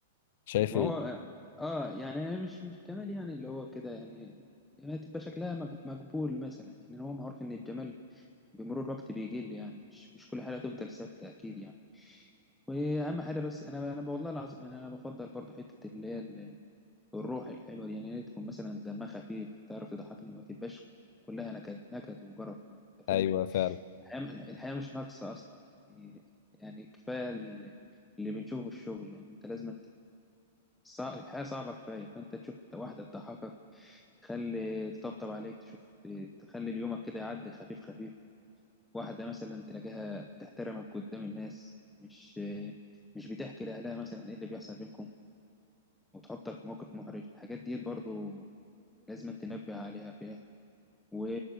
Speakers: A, on the left (about 60°); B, in the centre.
A: شايف
B: ما
A: ايه
B: هو اه يعني أنا مش مش جمال يعني اللي هو كده يعني يعني تبقى شكلها مج- مقبول مثلا يعني هو معروف ان الجمال بمرور الوقت بيقل يعني مش مش كل حاجه تفضل ثابته اكيد يعني واهم حاجه بس انا انا والله العظيم انا انا بفضل برضو حته اللي هي ال- الروح الحلوه دي يعني هي تكون مثلا دمها خفيف تعرف تضحكني ما تبقاش كلها نكد نكد وجرف انت
A: ايوه
B: فاهم
A: فعلا
B: الحياه الحياه مش ناقصه اصلا يعني يعني كفايه اللي اللي بنشوفه في الشغل يعني انت لازم صع- الحياة صعبة كفاية فأنت تشوف واحدة تضحكك تخلي تطبطب عليك تشوف تخلي اليومك كده يعدي خفيف خفيف واحدة مثلا تلاقيها بتحترمك قدام الناس مش مش بتحكي لأهلها مثلا إيه اللي بيحصل بينكم وتحطك في موقف محرج الحاجات دي برضو لازم تنبه عليها فيها و...